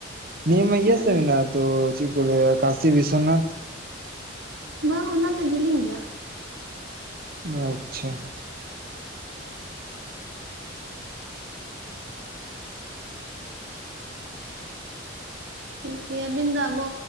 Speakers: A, on the right; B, on the right.
A: ᱱᱤᱭᱟᱹ ᱢᱟ ᱤᱭᱟᱹ
B: ᱟᱫᱚ
A: ᱥᱮᱫ
B: ᱟᱞᱮ
A: ᱢᱮᱱᱟᱜ ᱟ ᱛᱚ ᱪᱮᱫ ᱠᱚ ᱞᱟ. ᱭᱟ ᱠᱟᱥᱤ ᱵᱤᱥᱚᱱᱟᱛᱷ
B: ᱵᱟᱝ ᱚᱱᱟ ᱫᱚ ᱡᱮᱞᱤᱧ ᱜᱮᱭᱟ
A: ᱟᱪᱪᱷᱟ
B: ᱴᱷᱤᱠ ᱜᱮᱭᱟ ᱟᱵᱤᱱ ᱫᱚ ᱟᱵᱚ